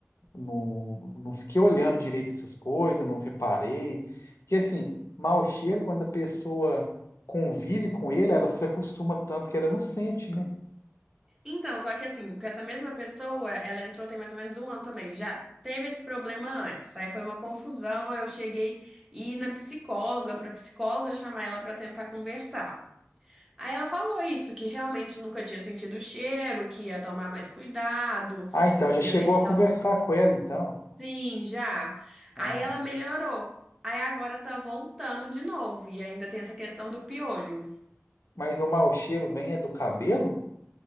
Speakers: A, on the left; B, in the centre.
A: não, não fiquei olhando direito essas coisas, não reparei. Porque, assim, mau cheiro, quando a pessoa convive com ele, ela se acostuma tanto que ela não sente, né?
B: Então, só que assim, com essa mesma pessoa, ela entrou tem mais ou menos um ano também. Já teve esse problema antes. Aí foi uma confusão. aí Eu cheguei e ir na psicóloga, pra psicóloga chamar ela pra tentar conversar. Aí ela falou isso, que realmente nunca tinha sentido o cheiro, que ia tomar mais cuidado,
A: Ah, então,
B: que
A: já chegou
B: ia ver o que
A: a
B: que
A: conversar
B: ela.
A: com ela, então.
B: Sim, já.
A: Ah,
B: Aí ela melhorou. Aí agora tá voltando de novo. E ainda tem essa questão do piolho.
A: mas o mau cheiro vem é do cabelo?